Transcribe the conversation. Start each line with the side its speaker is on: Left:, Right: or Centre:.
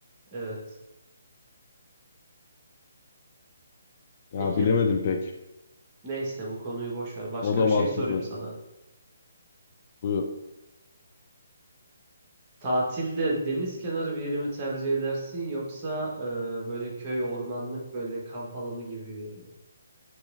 Right: Evet.
Left: Ya
Right: Peki
Left: bilemedim pek.
Right: Neyse bu konuyu boş ver. Başka
Left: O da
Right: bir şey
Left: mantıklı.
Right: sorayım sana.
Left: Buyur.
Right: Tatilde deniz kenarı bir yeri mi tercih edersin yoksa e, böyle köy ormanlık böyle kamp alanı gibi bir yeri mi?